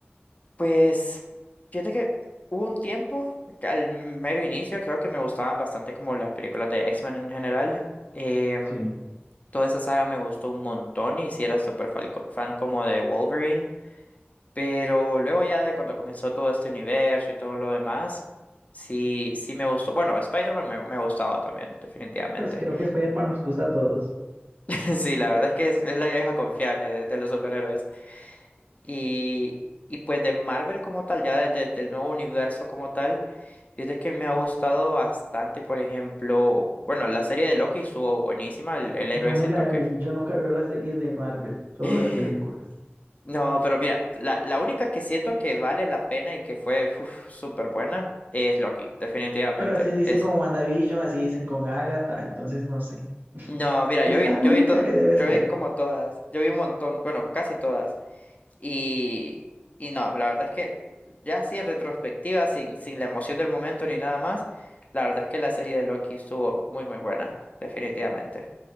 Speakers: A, on the left; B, on the right.
A: Pues, fíjate que hubo un tiempo, que al mero inicio, creo que me gustaban bastante como las películas de X-Men en general. em,
B: Sí,
A: Toda esa saga me gustó un montón y sí era súper falco- fan como de Wolverine, pero luego ya de cuando comenzó todo este universo y todo lo demás, sí, sí me gustó. Bueno, Spider-Man me, me ha gustado también, definitivamente.
B: pues creo que Spider-Man nos gusta a todos.
A: <laughs> Sí, la verdad es que es, es la vieja confiable de, de los superhéroes. Y, y pues de Marvel como tal, ya de- de- del nuevo universo como tal, fíjate que me ha gustado bastante, por ejemplo, bueno, la serie de Loki estuvo buenísima, el, el héroe
B: No
A: siento
B: me la
A: que...
B: vi, yo nunca veo las series de Marvel, solo
A: <gasps>
B: las películas.
A: No, pero mira, la, la única que siento que vale la pena y que fue uf, súper buena es Loki, definitivamente.
B: Pero así dicen
A: Es,
B: con WandaVision, así dicen con Agatha, entonces no sé.
A: no, mira,
B: Es
A: yo vi,
B: la única
A: yo vi toda,
B: que debes
A: yo
B: ver.
A: vi como todas, yo vi un montón, bueno, casi todas. Y, y no, la verdad es que ya así en retrospectiva, sin, sin la emoción del momento ni nada más, la verdad es que la serie de Loki estuvo muy, muy buena, definitivamente.